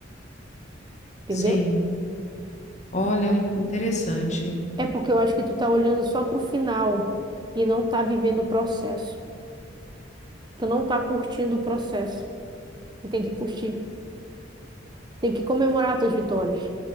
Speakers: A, on the right; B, on the left.
A: Entendeu?
B: sim. Olha, interessante.
A: É porque eu acho que tu tá olhando só pro final e não tá vivendo o processo. Tu não tá curtindo o processo. E tem que curtir. Tem que comemorar as tuas vitórias.